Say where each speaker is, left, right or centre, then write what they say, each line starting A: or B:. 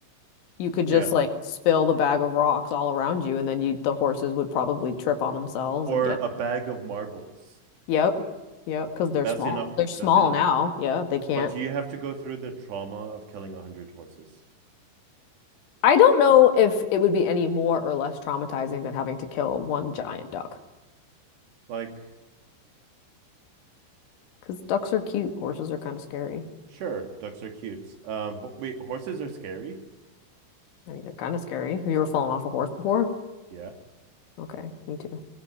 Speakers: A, on the left; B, on the right.
A: you could
B: Yeah.
A: just like spill the bag of rocks all around you, and then you the horses would probably trip on themselves
B: Or
A: and get.
B: a bag of marbles.
A: Yep, yep, because they're
B: That's
A: small.
B: enough.
A: They're small
B: That's enough.
A: now. Yeah, they can't.
B: But you have to go through the trauma of killing a hundred horses.
A: I don't know if it would be any more or less traumatizing than having to kill one giant duck.
B: Like,
A: Because ducks are cute. Horses are kind of scary.
B: sure, ducks are cute. Um, ho- wait, horses are scary.
A: I mean, they're kind of scary. Have you ever fallen off a horse before?
B: Yeah,
A: Okay, me too.